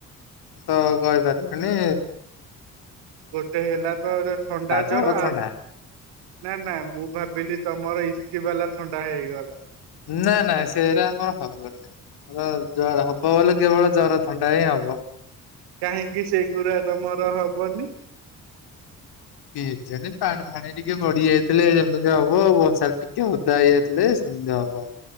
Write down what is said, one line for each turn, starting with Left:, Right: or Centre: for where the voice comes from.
Left: ତ କହିପାରିଲନି।
Right: ଗୋଟେ ହେଲା ତ ଥଣ୍ଡା ଜ୍ୱର
Left: ଜର
Right: ଆ
Left: ଥଣ୍ଡା
Right: ନାଁ ନାଁ ମୁଁ ଭାବିଲି ତମର ଇସ୍କି ବାଲା ଥଣ୍ଡା ହେଇଗଲା।
Left: ନାଁ ନାଁ ସେଇରା ଆମର ହବନି ହବ ବୋଲି କେବଳ ଜ୍ୱର। ଥଣ୍ଡା ହିଁ ହବ।
Right: କାହିଁକି ସେ ଗୁଡା ତମର ହବନି?
Left: କି ଜାଣେ ପାଣି ଫାଣି ଟିକେ ବଢ଼ି ଯାଇଥିଲେ ହବ। <unintelligible> ଟିକେ ଅଦା ହେଇଯାଇଥିଲେ ସେମିତି ହବ।